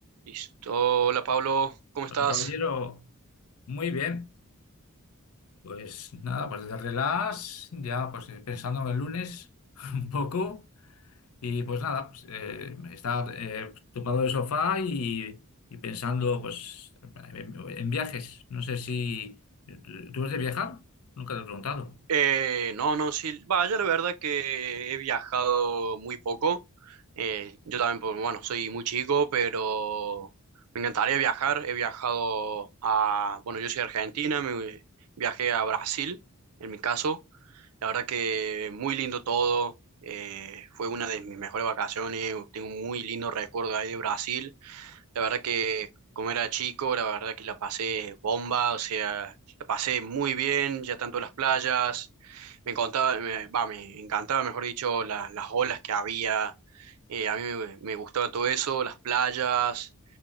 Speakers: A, on the right; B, on the left.
A: Listo, hola Pablo, ¿cómo estás?
B: Hola, caballero. Muy bien. Pues nada, pues desde relax, ya pues eh, pensando en el lunes <laughs> un poco. Y pues nada, pues, eh, estaba eh, tumbado en el sofá y, y pensando pues en, en viajes. No sé si... ¿Tú eres de viajar? Nunca te he preguntado.
A: Eh, no, no, sí, vaya, la verdad que he viajado muy poco. Eh, yo también, pues, bueno, soy muy chico, pero me encantaría viajar. He viajado a, bueno, yo soy de Argentina, me, viajé a Brasil, en mi caso. La verdad que muy lindo todo. eh, fue una de mis mejores vacaciones, tengo un muy lindo recuerdo ahí de Brasil. La verdad que como era chico, la verdad que la pasé bomba, o sea, la pasé muy bien, ya tanto las playas, me encantaba, me, va, me encantaba, mejor dicho, la- las olas que había, eh, a mí me, me gustaba todo eso, las playas,